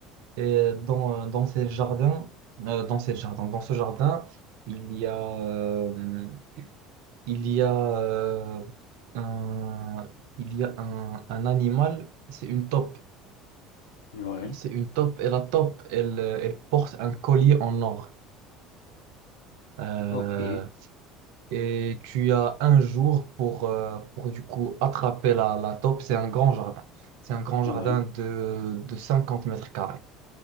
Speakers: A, on the right; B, on the left.
A: et dans, dans ce jardin, euh, dans ce jardin, dans ce jardin, il y a, euh, il y a, euh, un, il y a un, un animal. C'est une taupe.
B: Ouais.
A: C'est une taupe et la taupe, elle, elle porte un collier en or. Euh,
B: Ok.
A: et tu as un jour pour, euh, pour du coup attraper la, la taupe. C'est un grand jardin. C'est un grand jardin
B: Ouais.
A: de, de 50 mètres carrés.